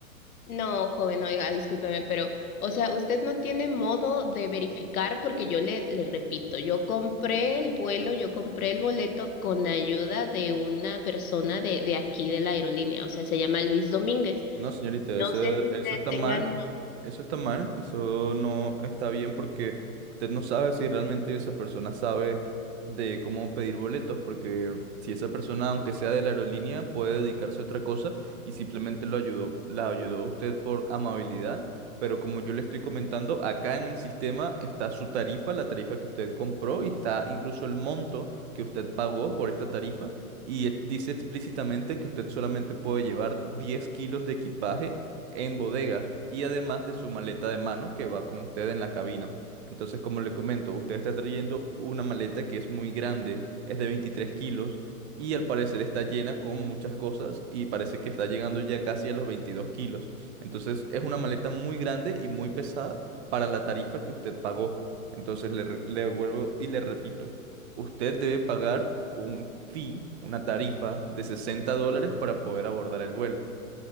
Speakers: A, on the left; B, on the right.
A: No, joven, oiga, discúlpeme, pero, o sea, usted no tiene modo de verificar porque yo le, le repito, yo compré el vuelo, yo compré el boleto con ayuda de una persona de, de aquí de la aerolínea, o sea, se llama Luis Domínguez.
B: No, señorita,
A: No
B: eso,
A: sé si ustedes
B: eso está
A: tengan
B: mal,
A: modo.
B: eso está mal, eso no está bien porque usted no sabe si realmente esa persona sabe de cómo pedir boletos, porque si esa persona, aunque sea de la aerolínea, puede dedicarse a otra cosa y simplemente lo ayudó, la ayudó a usted por amabilidad, pero como yo le estoy comentando, acá en el sistema está su tarifa, la tarifa que usted compró y está incluso el monto que usted pagó por esta tarifa y e- dice explícitamente que usted solamente puede llevar 10 kilos de equipaje en bodega y además de su maleta de mano que va con usted en la cabina. Entonces, como le comento, usted está trayendo una maleta que es muy grande, es de 23 kilos y al parecer está llena con muchas cosas y parece que está llegando ya casi a los 22 kilos. Entonces, es una maleta muy grande y muy pesada para la tarifa que usted pagó. Entonces, le, re- le vuelvo y le repito. Usted debe pagar un fee, una tarifa de 60 dólares para poder abordar el vuelo.